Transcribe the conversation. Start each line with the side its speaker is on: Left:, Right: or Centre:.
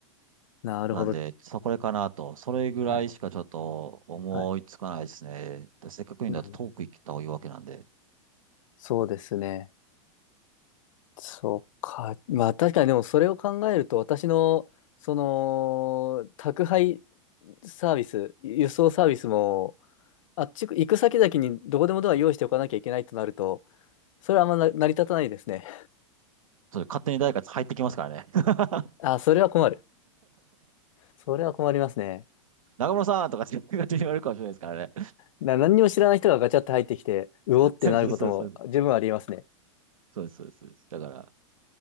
Left: なるほど。
Right: なんで、そこれかなと。それぐらいしかちょっと思いつかないですね。
Left: はい。はい。
Right: でせっかく言うんだとトーク行った方がいいわけなんで。
Left: うん。そうですね。そうか。まあ確かにでもそれを考えると私の、その、宅配サービス、輸送サービスも、あっち行く先々にどこでもドア用意しておかなきゃいけないとなると、それはあんまな成り立たないですね。
Right: それ勝手に誰か入ってきますからね。<laughs>
Left: あ、それは困る。それは困りますね。
Right: 中村さんとかって勝手に言われるかもしれないですからね。
Left: な何にも知らない人がガチャって入ってきて、うおってなることも十分ありえますね。
Right: <laughs> そうそうそうそう。そうですそうです。そうですだから、